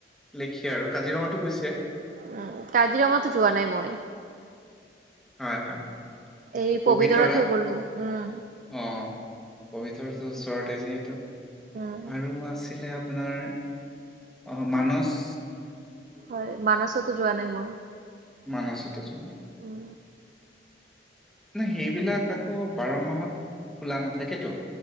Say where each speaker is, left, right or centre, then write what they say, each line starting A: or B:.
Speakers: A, in the centre; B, on the right.
A: লেখে আৰু কাজিৰঙাতো গৈছে?
B: উম কাজিৰঙাটো যোৱা নাই মই।
A: হয় হয়
B: এই
A: পবিতৰা
B: পবিতৰাতেহে গ'লো উম
A: অ পবিতৰটো ওচৰতে যিহেতু।
B: উম,
A: আৰু আছিলে আপোনাৰ আহ মানস
B: হয় মানছতো যোৱা নাই মই।
A: মানছতো যোৱা নাই।
B: উম
A: নাই সেইবিলাক আকৌ বাৰ মাহত খোলা নাথাকেতো।